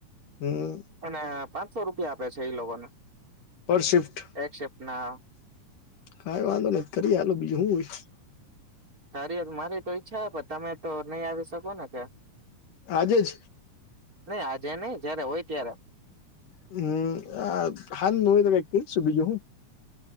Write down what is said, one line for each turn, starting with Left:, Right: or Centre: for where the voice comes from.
Left: હમ
Right: અને પાંચસો રૂપિયા આપે છે એ લોકોને
Left: પર શિફ્ટ
Right: એક શિફ્ટ ના
Left: કઈ વાંધો નહીં કરી આલો બીજું શું હોય તો
Right: તારી મારી તો ઈચ્છા હે પણ તમે તો નહી આવી શકો ને કે
Left: આજે જ
Right: નહી આજે નહી જયારે હોય ત્યારે
Left: હુમ હ સાંજ હોય કાઇક પૂછયુ બીજું હું